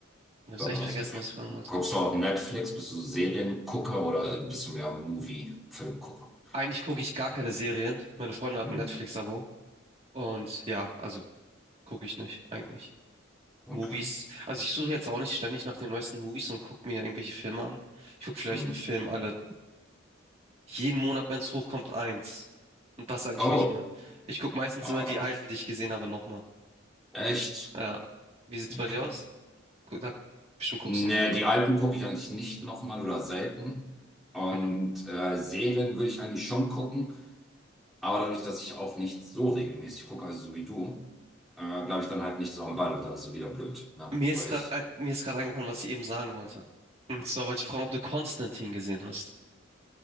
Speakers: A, on the right; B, in the centre.
A: Ich hab's
B: Da
A: echt
B: war
A: vergessen,
B: es weg.
A: was ich fragen wollte.
B: Guckst du auch Netflix? Bist du Seriengucker oder bist du mehr Movie-Filmgucker?
A: Eigentlich gucke ich gar keine Serien. Meine Freundin hat
B: Hm,
A: ein Netflix-Abo. Und ja, also gucke ich nicht, eigentlich.
B: okay.
A: Movies, also ich suche jetzt auch nicht ständig nach den neuesten Movies und gucke mir irgendwelche Filme an. Ich gucke vielleicht
B: Hm.
A: einen Film alle, jeden Monat, wenn es hochkommt, eins. Und das eigentlich
B: Oh,
A: nicht mal. Ich gucke meistens
B: ah,
A: immer die alten, die ich gesehen habe, nochmal.
B: echt?
A: Ja. Wie sieht's
B: Okay.
A: bei dir aus? Gu- Da, bestimmt guckst
B: Nee,
A: du mehr, oder?
B: die alten gucke ich eigentlich nicht nochmal oder selten. Und
A: Mhm.
B: äh, Serien würde ich eigentlich schon gucken, aber dadurch, dass ich auch nicht so regelmäßig gucke, also so wie du, äh, bleibe ich dann halt nicht so am Ball und dann ist es wieder blöd, ne?
A: Mir ist
B: Weil
A: gerade
B: ich,
A: ein- mir ist gerade eingefallen, was ich eben sagen wollte. Und zwar wollte ich fragen, ob du Konstantin gesehen hast.